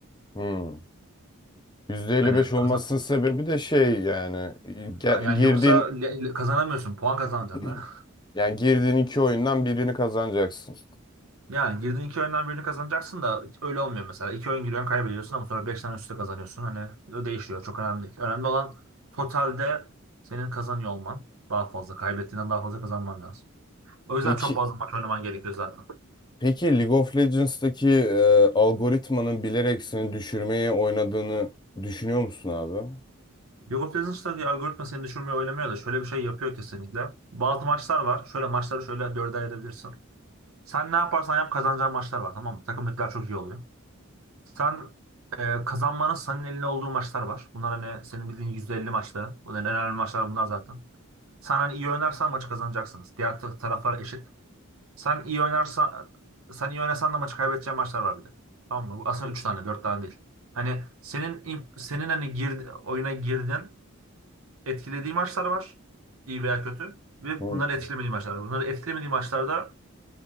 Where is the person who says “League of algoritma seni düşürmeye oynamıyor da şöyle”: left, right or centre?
Right